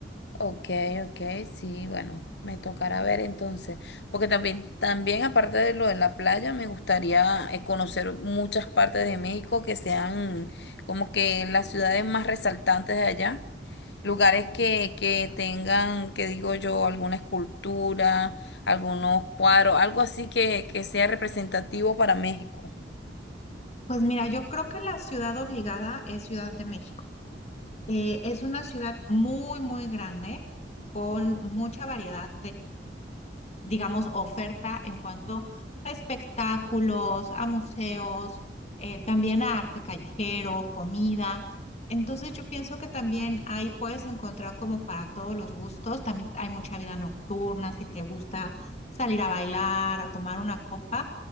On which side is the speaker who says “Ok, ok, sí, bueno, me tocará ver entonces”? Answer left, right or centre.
Left